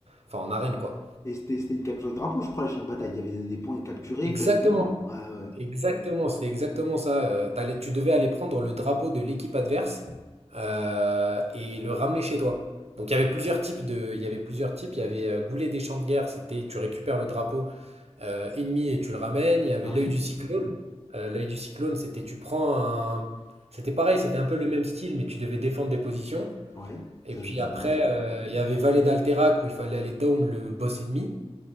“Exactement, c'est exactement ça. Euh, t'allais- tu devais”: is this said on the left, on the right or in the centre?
Right